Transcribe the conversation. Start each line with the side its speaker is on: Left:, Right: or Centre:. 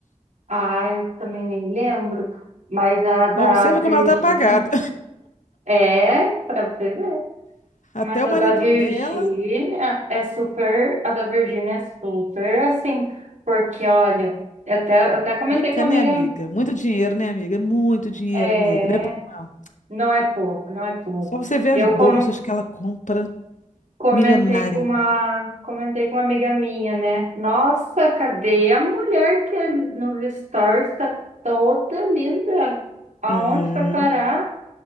Right: Ah, eu também nem lembro. Mas a da
Left: Pra você ver
Right: Virgínia.
Left: como ela tá apagada.
Right: É, pra você ver.
Left: <laughs> Até
Right: Mas
Left: o
Right: a
Left: marido
Right: da Virgínia
Left: dela,
Right: é super. A da Virgínia é super assim. Porque, olha, eu até, eu até comentei
Left: rica,
Right: com uma
Left: né,
Right: amiga.
Left: amiga? Muito dinheiro, né, amiga? Muito dinheiro,
Right: É.
Left: amiga, né? Pouco não.
Right: Não é pouco, não é pouco.
Left: Só você ver as
Right: Eu
Left: bolsas
Right: como
Left: que ela compra,
Right: comentei
Left: milionária.
Right: com uma, comentei com uma amiga minha, né? Nossa, cadê a mulher que é nos stories está toda linda? Aonde
Left: É,
Right: vai parar?